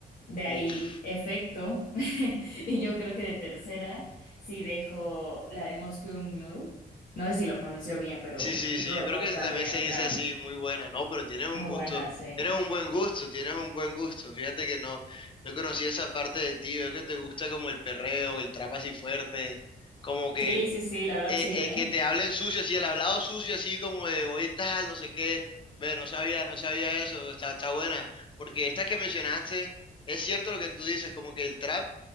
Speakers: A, on the left; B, on the left.
A: De ahí,
B: Uf.
A: Efecto. <laughs> Y yo creo que de tercera sí dejo la de Moscow Mule. No sé si lo pronuncio bien, pero
B: Sí, sí, sí,
A: Rolón
B: yo creo que
A: también,
B: también se dice
A: gran.
B: así, muy buena, ¿no? Pero tienes un
A: Muy
B: gusto,
A: buena, sí.
B: tienes un buen gusto, tienes un buen gusto. Fíjate que no, no conocí esa parte de ti, veo que te gusta como el perreo, el trap así fuerte, como que
A: Sí, sí, sí, la verdad
B: eh,
A: sí, ¿eh?
B: eh, que te hablen sucio, así el hablado sucio, así como de hoy tal, no sé qué. Ve, no sabía, no sabía eso, está, está buena. Porque estas que mencionaste, es cierto lo que tú dices, como que el trap